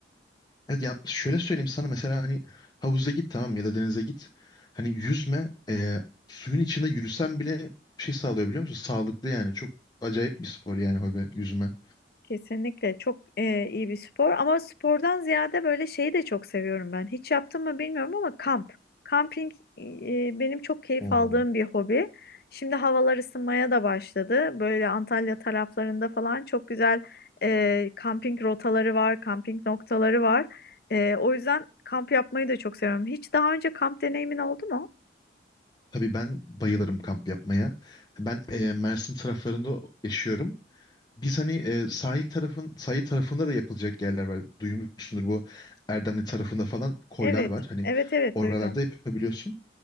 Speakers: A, on the left; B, on the left.
A: Evet ya şöyle söyleyeyim sana mesela hani havuza git tamam mı? ya da denize git. Hani yüzme e, suyun içinde yürüsen bile şey sağlıyor biliyor musun? Sağlıklı yani. Çok acayip bir spor yani hobi yüzme.
B: Kesinlikle çok e, iyi bir spor ama spordan ziyade böyle şeyi de çok seviyorum ben. Hiç yaptım mı bilmiyorum ama kamp. Kamping e, benim çok keyif
A: Oo.
B: aldığım bir hobi. Şimdi havalar ısınmaya da başladı. Böyle Antalya taraflarında falan çok güzel e, kamping rotaları var, kamping noktaları var. E, o yüzden kamp yapmayı da çok seviyorum. Hiç daha önce kamp deneyimin oldu mu?
A: Tabii ben bayılırım kamp yapmaya. Ben e, Mersin taraflarında yaşıyorum. Biz hani e, sahil tarafın sahil tarafında da yapılacak yerler var. Duymuşsundur bu Erdemli tarafında falan koylar
B: Evet,
A: var. Hani
B: evet evet
A: oralarda
B: duydum.
A: yapabiliyorsun.